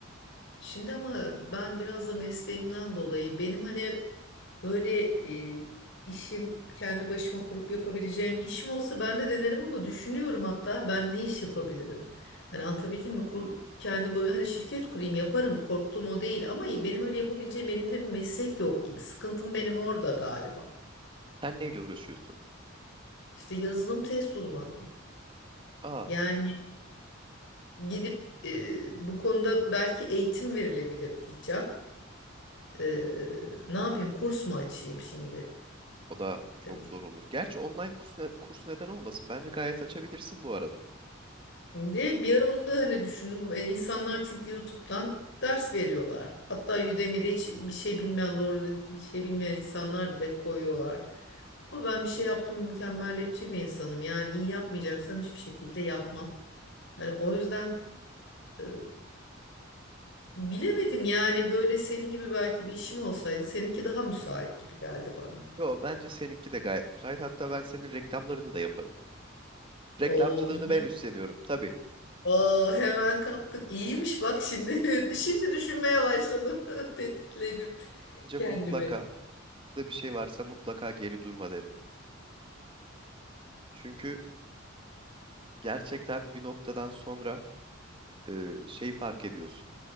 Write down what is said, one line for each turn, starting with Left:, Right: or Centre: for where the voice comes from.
Left: Şimdi ama ben biraz da mesleğimden dolayı benim hani Böyle e, işim kendi başıma kurup yapabileceğim bir işim olsa ben de denerim ama düşünüyorum hatta ben ne iş yapabilirim? Hani anlatabildim mi? Kur, kendi böyle hani şirket kurayım yaparım korktuğum o değil ama benim öyle yapabileceğim elimde bir meslek yok gibi. Sıkıntım benim orada galiba.
Right: Sen neyle uğraşıyorsun?
Left: İşte yazılım test uzmanıyım.
Right: Aa,
Left: Yani gidip e, bu konuda belki eğitim verilebilir diyeceğim. E, ne yapayım kurs mu açayım şimdi?
Right: o da çok
Left: E,
Right: zor olur. Gerçi online kurs, ne- kurs neden olmasın? Bence gayet açabilirsin bu arada.
Left: Evet bir ara onu da hani düşündüm. E, insanlar çünkü YouTube'dan ders veriyorlar. Hatta Udemy'de hiç bir şey bilmeyen doğru düzgün bir şey bilmeyen insanlar bile koyuyorlar. Ama ben bir şey yaptım mükemmeliyetçi bir insanım. Yani iyi yapmayacaksam hiçbir şekilde yapmam. Hani o yüzden e, bilemedim yani böyle senin gibi belki bir işim olsaydı seninki daha müsait gibi geldi bana.
Right: Yo, bence seninki de gayet müsait. Hatta ben senin reklamlarını da yaparım. Reklamcılığını
Left: Oo iyi
Right: ben üstleniyorum. Tabii.
Left: Aa, hemen kaptık. İyiymiş bak şimdi <laughs> şimdi düşünmeye başladım. <laughs> Tetikledim
Right: Bence
Left: kendimi.
Right: mutlaka da bir şey varsa mutlaka geri durma derim. Çünkü gerçekten bir noktadan sonra e, şey fark ediyorsun.